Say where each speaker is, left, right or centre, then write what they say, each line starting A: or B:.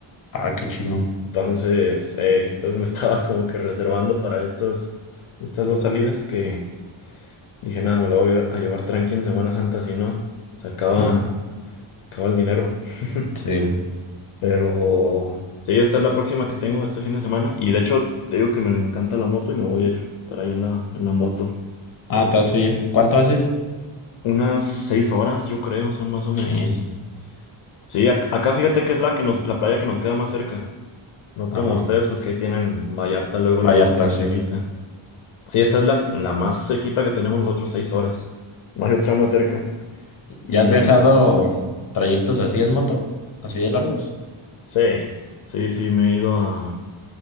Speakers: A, on the left; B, on the left.
A: Ah, qué chido.
B: Entonces, eh, entonces me <laughs> estaba como que reservando para estos, estas dos salidas que dije, nada, me lo voy a llevar tranqui en Semana Santa, si no, se acaba,
A: Mm,
B: se acaba el dinero. <laughs>
A: Sí.
B: Pero sí, esta es la próxima que tengo este fin de semana. Y de hecho, te digo que me encanta la moto y me voy a ir para allá en la, en la moto.
A: Ah, te vas a ir. ¿Cuánto haces?
B: Unas seis horas, yo creo, son más o menos.
A: Chin.
B: Sí, ac- acá fíjate que es la que nos, la playa que nos queda más cerca. No
A: Ajá.
B: como ustedes, pues que ahí tienen Vallarta luego, luego,
A: Vallarta,
B: más
A: sí.
B: cerquita. Sí, esta es la, la más cerquita que tenemos nosotros, seis horas. No hay otra más cerca. Y
A: ¿Ya has viajado trayectos así en moto? ¿Así de largos?
B: sí, sí, sí, me he ido a.